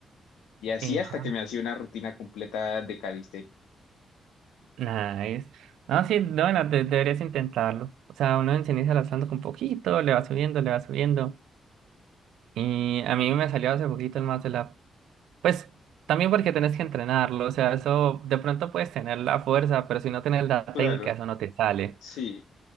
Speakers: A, on the left; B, on the right.
A: y así
B: Hija,
A: hasta que me hacía una rutina completa de calistenia.
B: nada, es. No, sí, no, bueno, de- deberías intentarlo. O sea, uno se inicia lanzando con poquito, le va subiendo, le va subiendo. Y a mí me salió hace poquito el más de la. Pues también porque tenés que entrenarlo. O sea, eso de pronto puedes tener la fuerza, pero si no tienes la
A: Claro,
B: técnica, eso no te sale.
A: sí,